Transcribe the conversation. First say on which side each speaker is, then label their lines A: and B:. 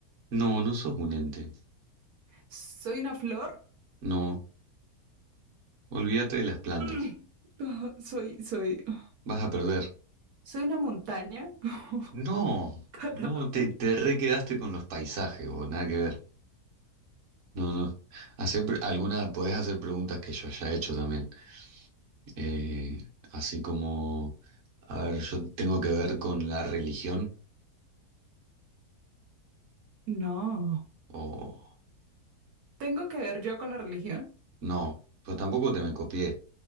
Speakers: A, on the right; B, on the right.
A: No, no sos un ente.
B: soy una flor,
A: No, olvídate de las plantas.
B: <laughs> <clears throat> soy, soy, <gasps>
A: Vas a perder.
B: soy una montaña. <laughs>
A: No,
B: Carajo.
A: no, te, te re quedaste con los paisajes, vos, nada que ver. No, no. Hacer pre- alguna, podés hacer preguntas que yo haya hecho también. Eh, así como, a ver, yo tengo que ver con la religión.
B: No.
A: o
B: ¿Tengo que ver yo con la religión?
A: no, pero tampoco te me copié.